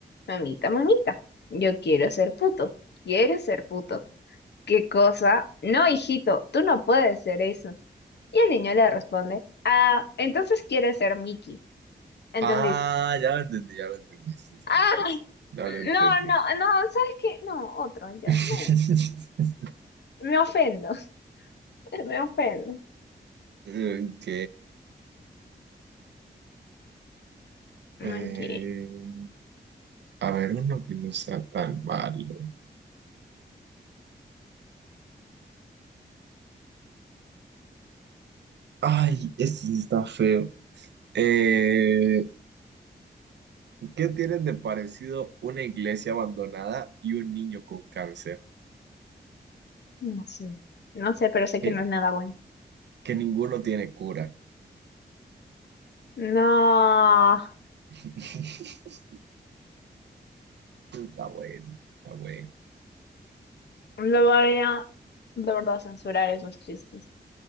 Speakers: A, on the left; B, on the right.
A: mamita, mamita, yo quiero ser puto, quiero ser puto. ¿Qué cosa? No, hijito, tú no puedes ser eso. Y el niño le responde, ah, entonces quieres ser Mickey. ¿Entendiste?
B: Ah, ya lo entendí, ya lo entendí. Sí, sí,
A: Ah,
B: sí. sí. Ya
A: no,
B: lo entendí.
A: no, no, ¿sabes qué? No, otro, ya
B: <laughs>
A: no. Me ofendo, <laughs> me ofendo.
B: Ok. eh,
A: Ok,
B: a ver, uno que no sea tan malo. Ay, este sí está feo. Eh, ¿qué tienen de parecido una iglesia abandonada y un niño con cáncer?
A: no sé, no sé, pero sé
B: Que,
A: que no es nada bueno.
B: que ninguno tiene cura.
A: No,
B: <laughs> Está bueno, está bueno.
A: lo voy a, de verdad, censurar esos chistes,